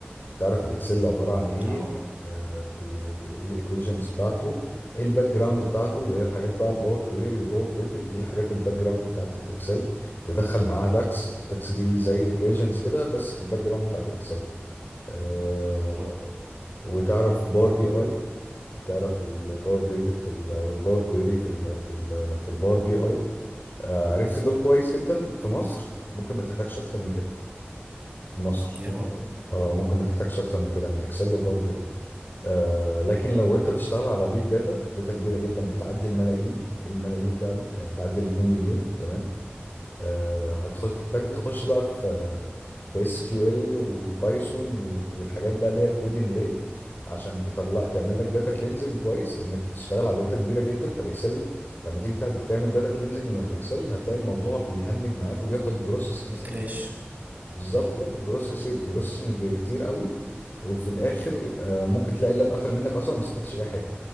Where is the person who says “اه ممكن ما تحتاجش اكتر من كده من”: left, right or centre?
Left